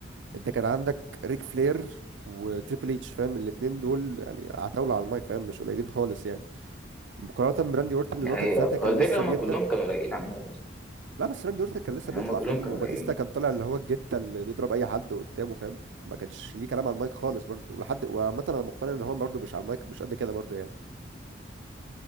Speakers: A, on the right; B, in the centre.
A: انت كان عندك ريك فلير وتريبل اتش فاهم الاتنين دول يعني عتاولة على المايك فاهم مش قليلين خالص يعني مقارنة براندي اورتن
B: ده
A: اللي
B: هي
A: هو كان ساعتها
B: هو
A: كان
B: الفكره
A: لسه
B: هم
A: بيبدأ
B: كلهم كانوا رايقين على المايك اصلا
A: لا بس راندي اورتن كان لسه
B: يعني
A: بيطلع
B: هم كلهم
A: فاهم
B: كانوا
A: وباتيستا
B: رايقين
A: كان طالع اللي هو الجتة اللي بيضرب اي حد قدامه فاهم ما كانش ليه كلام على المايك خالص برضه ولحد وعامة انا مقتنع ان هو برضه مش على المايك مش قد كده برضه يعني